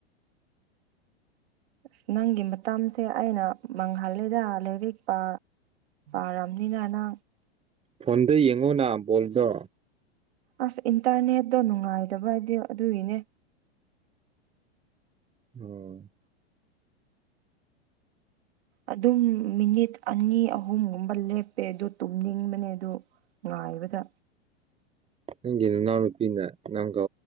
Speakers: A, on the right; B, on the right.
A: ꯑꯁ ꯅꯪꯒꯤ ꯃꯇꯝꯁꯦ ꯑꯩꯅ ꯃꯥꯡꯍꯜꯜꯂꯤꯗ ꯂꯔꯛꯄ ꯑꯔꯝꯅꯤꯅꯅ
B: ꯐꯣꯟꯗ ꯌꯦꯡꯉꯨꯅ ꯕꯣꯜꯗꯣ
A: ꯑꯁ ꯏꯟꯇꯔꯅꯦꯠꯇꯣ ꯅꯨꯡꯉꯥꯏꯗꯕ ꯍꯥꯏꯗꯤ ꯑꯗꯨꯒꯤꯅꯦ
B: ꯎꯝ
A: ꯑꯗꯨꯝ ꯃꯤꯅꯤꯠ ꯑꯅꯤ ꯑꯍꯨꯝꯒꯨꯝꯕ ꯂꯦꯞꯄꯦ ꯑꯗꯨ ꯇꯨꯝꯅꯤꯡꯕꯅꯦ ꯑꯗꯨ ꯉꯥꯏꯕꯗ
B: ꯅꯪꯒꯤ ꯅꯅꯥꯎꯅꯨꯄꯤꯅ ꯅꯪꯒ